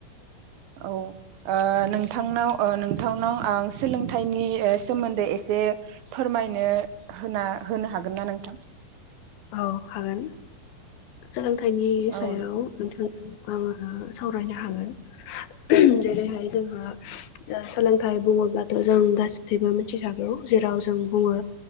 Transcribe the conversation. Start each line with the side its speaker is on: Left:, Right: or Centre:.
Right: औ ओ नोंथांनाव ओ नोंथांनाव आं सोलोंथाइनि सोमोन्दै एसे जे फोरमायनो होना होनो हागोन ना नोंथां?
Left: औ हागोन सोलोंथाइनि
Right: औ
Left: सायाव नोंथां आो सावरायनो हागोन जेरैहाय जोंहा ओ सोलोंथाइ बु ब्लाथ' जों गाैबो मिथिखागौ जेराव जों बुङो